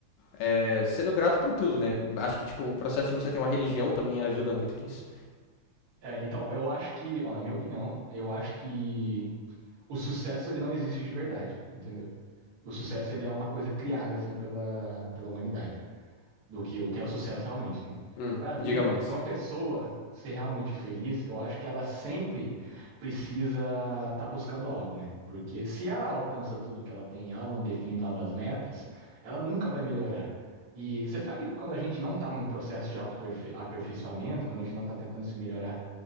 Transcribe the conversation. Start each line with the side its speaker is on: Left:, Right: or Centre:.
Left: é, sendo grato por tudo, né? Acho que, tipo, o processo de você ter uma religião também ajuda muito nisso.
Right: É, então, eu acho que, ó, na minha opinião, eu acho que o sucesso, ele não existe de verdade, entendeu? O sucesso, ele é uma coisa criada, assim, pela, pela humanidade. do que o que é o sucesso realmente, né?
Left: Hum,
Right: Pra mim,
Left: diga mais.
Right: pra uma pessoa ser realmente feliz, eu acho que ela sempre precisa estar buscando algo, né? Porque se ela alcança tudo que ela tem e ela não define novas metas, ela nunca vai melhorar. E você sabe que quando a gente não tá num processo de autoaperfeiçoamento, quando a gente não tá tentando se melhorar,